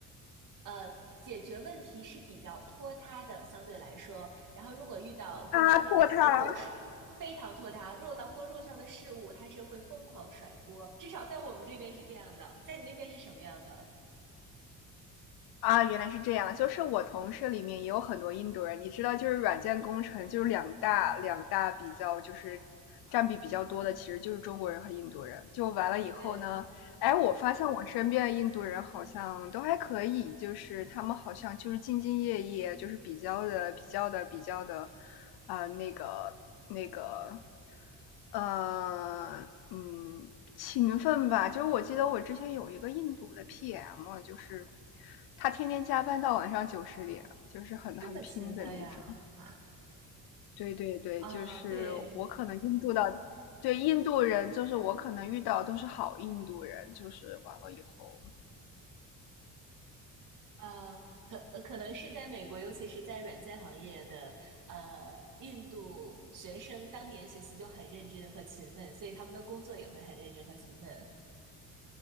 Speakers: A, on the right; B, on the left.
A: 呃。解决问题是比较拖沓的，相对来说。然后，如果遇到工作上的失误，
B: 啊，破它！
A: 是非常拖沓；如果到工作上的事物，他是会疯狂甩锅。至少在我们这边是这样的，在你那边是什么样的？
B: 啊，原来是这样。就是我同事里面也有很多印度人，你知道，就是软件工程就是两大两大比较，就是占比比较多的，其实就是中国人和印度人。就完了以后呢，
A: 对，
B: 哎，我发现我身边的印度人好像都还可以，就是他们好像就是兢兢业业，就是比较的、比较的、比较的，啊、那个、那个，呃，嗯，勤奋吧。就是我记得我之前有一个印度的 PM，就是他天天加班到晚上九十点，就是很很拼的那种。
A: 这么勤奋呀？啊，
B: 对对对，
A: 啊对，
B: 就是我可能印度的，对印度人，就是我可能遇到都是好印度人，就是完了以后，
A: 啊，可呃可能是在美国，尤其是在软件行业的呃印度学生，当年学习就很认真和勤奋，所以他们的工作也会很认真和勤奋。